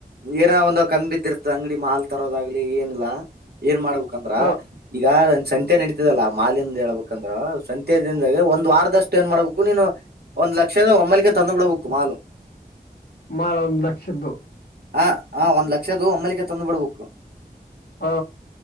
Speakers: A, on the right; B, on the left.
A: ಏನ ಒಂದ್ ಕಮ್ಮಿ ಬಿದಿರ್ತದ ಅಂಗಡಿ ಮಾಲ್ ತರೋದಾಗ್ಲಿ ಏನಿಲ್ಲಾ ಏನ್ ಮಾಡ್ಬ ಹಾಕಂದ್ರ
B: ಹೌದು
A: ಈಗ ಸಂತೆ ನಡೀತದಲ್ಲ ಮಾಲಿಂದ ಹೇಳ್ಬೇಕಂದ್ರ ಸಂತೆ ದಿಂದಾಗ ಒಂದ್ ವಾರದಷ್ಟು ಏನ್ ಮಾಡ್ಬೇಕು ನೀನು ಒಂದ್ ಲಕ್ಷದ ಒಮ್ಮಲ್ಿಗೆ ತಂದು ಬಿಡ್ಬೇಕು ಮಾಲ್
B: ಮಾಲ್ ಒಂದು ಲಕ್ಷದ್ದು
A: ಹ ಹ ಒಂದ್ ಲಕ್ಷದು ಒಮ್ಮಲಕ್ಕೆ ತಂದು್ ಬಿಡ್ಬೇಕು
B: ಹಾ